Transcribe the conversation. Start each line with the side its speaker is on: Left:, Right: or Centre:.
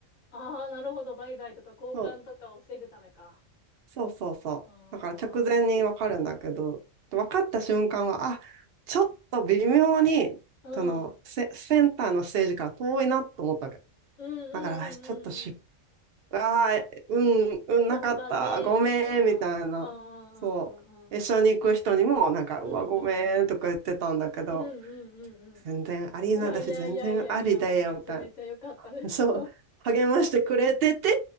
Left: ああ、なるほど。売買とか交換とかを防ぐためか。
Right: そう、そうそうそう。
Left: ああ、
Right: だから直前にわかるんだけど、分かった瞬間は、
Left: ああ、
Right: あ、ちょっと微妙に、
Left: うん、
Right: そのセ、
Left: うん、
Right: センターのステージから遠いなと思ったわけ。
Left: うん、
Right: だから、
Left: う
Right: あちょっと失
Left: ん、うん、う
Right: ああ、うん、うん、
Left: ん。ちょっと残念、
Right: なかった、ごめん、
Left: みたいな。
Right: みたいな。
Left: ああ、うん、
Right: そう。
Left: うん、
Right: 一緒に行く人にも、なんか、
Left: うん、
Right: うわ、ごめん、
Left: うん、
Right: とか言ってたんだけど、
Left: うん、うん、うん、うん、うん、うん、うん、うん、
Right: 全然アリーナだし、
Left: いやいやいやいやいや、
Right: 全然ありだよ、
Left: めちゃめちゃ良かったです。
Right: みたいな。そう。
Left: <laughs>
Right: 励ましてくれてて、